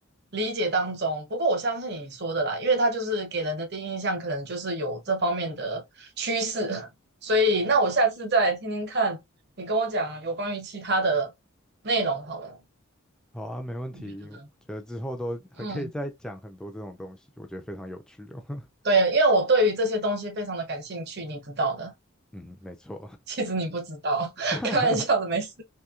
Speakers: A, on the right; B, in the centre.
A: 理解当中。不过我相信你说的啦，因为它就是给人的第一印象可能就是有这方面的趋势，<laughs> 所以那我下次再听听看你跟我讲有关于其他的内容好了，
B: 好啊，没问题。
A: 你觉得呢？
B: 我觉得之后都还可以再讲很多这种东西，
A: 嗯，
B: 我觉得非常有趣哦。
A: 对，因为我对于这些东西非常的感兴趣，你知道的。<laughs>
B: <laughs> 嗯，没错，
A: 其实你不知道，<laughs>
B: <laughs>
A: 开玩笑的，没事。